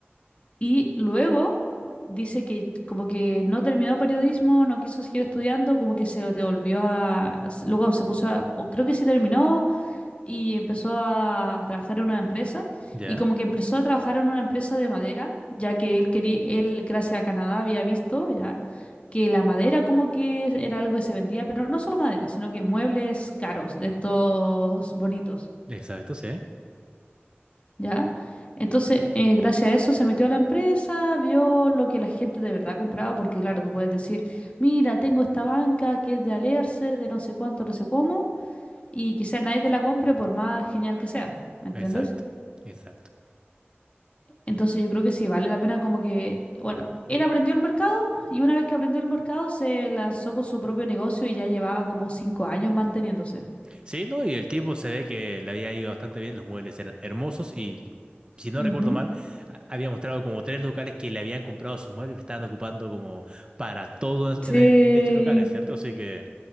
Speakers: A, on the left; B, on the right.
A: Y luego dice que como que no terminó periodismo, no quiso seguir estudiando, como que se devolvió a... Luego se puso a... o creo que sí terminó y empezó a trabajar en una empresa.
B: ya.
A: Y como que empezó a trabajar en una empresa de madera, ya que él quería, él gracias a Canadá había visto ya que la madera como que era algo que se vendía, pero no solo madera, sino que muebles caros, de estos bonitos.
B: Exacto, sí.
A: ¿ya? Entonces, eh, gracias a eso se metió a la empresa, vio lo que la gente de verdad compraba, porque claro, tú puedes decir, mira, tengo esta banca que es de Alerce, de no sé cuánto, no sé cómo, y quizás nadie te la compre por más genial que sea, ¿me entiendes?
B: Exacto, exacto.
A: Entonces yo creo que sí, vale la pena como que, bueno, él aprendió el mercado y una vez que aprendió el mercado se lanzó con su propio negocio y ya llevaba como cinco años manteniéndose.
B: Sí, no, y el tipo se ve que le había ido bastante bien, los muebles eran hermosos y si no
A: Ujú.
B: recuerdo mal, a- había mostrado como tres locales que le habían comprado sus muebles y estaban ocupando como para todos
A: Sí.
B: en, en- en dichos locales, ¿cierto? Así que